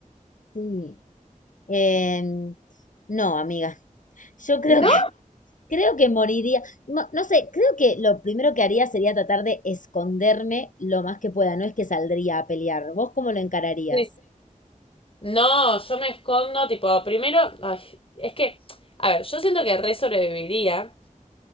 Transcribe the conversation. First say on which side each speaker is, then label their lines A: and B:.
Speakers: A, on the left (about 70°); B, on the left (about 40°).
A: Sí, Em, no, amiga, yo creo
B: ¿No?
A: que, creo que moriría. No, no sé, creo que lo primero que haría sería tratar de esconderme lo más que pueda, no es que saldría a pelear. ¿Vos cómo lo encararías?
B: Sí. No, yo me escondo tipo, primero, ay, es que, a ver, yo siento que re sobreviviría.